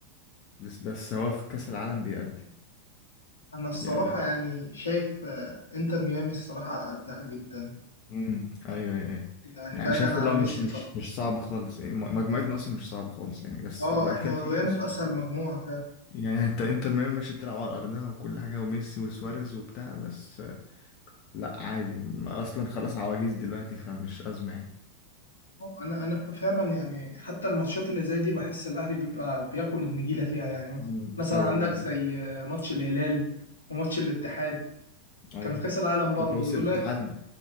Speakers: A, on the left; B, on the left.
A: بس بس هو في كأس العالم بيأدي
B: انا الصراحة
A: يعني
B: يعني شايف آه، انتر ميامي الصراحة على قدها جدا
A: امم ايوه ايوه أيوة.
B: يعني
A: يعني
B: بعيدا
A: شايف
B: عن
A: اللي هو
B: ميسي
A: مش مش
B: طبعا
A: مش صعب خالص يعني م- مجموعتنا اصلا مش صعبة خالص يعني بس
B: اه
A: لا
B: احنا
A: فيها فرق
B: وقعنا
A: بس
B: في
A: مش
B: اسهل
A: صعبة.
B: مجموعة فعلا
A: يعني انت انتر ميامي ماشي بتلعب على ارضها وكل حاجة وميسي وسواريز وبتاع بس آه، لا عادي م- اصلا خلاص عواجيز دلوقتي فمش أزمة يعني
B: آه، انا انا ف- فعلا يعني حتى الماتشات اللي زي دي بحس الاهلي بيبقى بياكل النجيلة فيها يعني
A: امم
B: مثلا
A: ايوه
B: عندك
A: ايوه
B: زي آه، ماتش الهلال وماتش الاتحاد
A: أيوة.
B: كانوا في كأس العالم برضه
A: انت بص
B: ويقول
A: الاتحاد
B: لك